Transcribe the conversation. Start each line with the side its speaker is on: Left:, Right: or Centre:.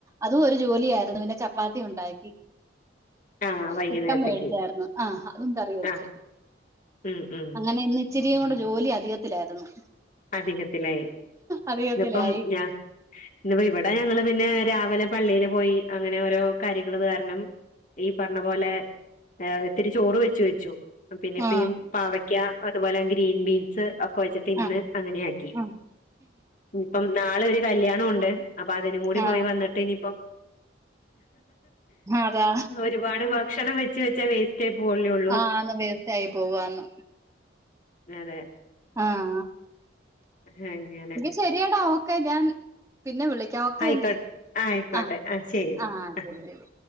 Right: അതും ഒരു ജോലിയാരുന്നു പിന്നെ ചപ്പ പ്പാത്തി ഉണ്ടാക്കി
Left: ആ വൈകുന്നേരത്തേക്ക്
Right: ചിക്കം മേടിച്ചായിരുന്നു ആ അതും കറി വെച്ച്
Left: ആ ഉം ഉം
Right: അങ്ങനെ ഇന്ന് ഇച്ചിരിയേം കൂടെ ജോലി അധികത്തിലായിരുന്നു
Left: അധികത്തിലായി
Right: അധികത്തിലായി
Left: ഇന്ന്പ്പം ഞാൻ ഇന്ന് ഇപ്പം ഇവിടെ ഞങ്ങള് പിന്നെ രാവിലെ പള്ളിയില് പോയി അങ്ങനെ ഓരോ കാര്യങ്ങള് കാരണം ഈ പറഞ്ഞ പോലെ ഇത്തിരി ചോറ് വെച്ച് വെച്ചു പിന്നെ ഇപ്പയീ
Right: ആ
Left: പാവ യ്ക്ക അതുപോലെ ഗ്രീൻ ബീൻസ് ഒക്കെ വെച്ചിട്ട് ഇന്ന്
Right: ആ
Left: അങ്ങനെ ആക്കി
Right: ആ
Left: ഇപ്പം നാളെ ഒരു കല്യാണമുണ്ട് അപ്പൊ അതിനും കൂടി
Right: ആ
Left: പോയി വന്നിട്ട് ഇനിയിപ്പം
Right: അതാ
Left: ഒരുപാട് ഭക്ഷണം വെച്ച് വെച്ചാ വേസ്റ്റ് ആയി പോവോലോ
Right: ആഹ് ആന്ന് വേസ്റ്റായി പോവാന്ന്
Left: അതെ
Right: ആഹ്
Left: അങ്ങനെ
Right: ന്നാ ശരിയെട ഓക്കെ ഞാൻ പിന്നെ വിളിക്കാം ഒക്കെ
Left: ആയിക്കോട്ടെ
Right: എങ്കി
Left: ആയിക്കോട്ടെ
Right: ആഹ്
Left: ആ ശരി
Right: ആഹ്
Left: ആ
Right: ശരി ശരി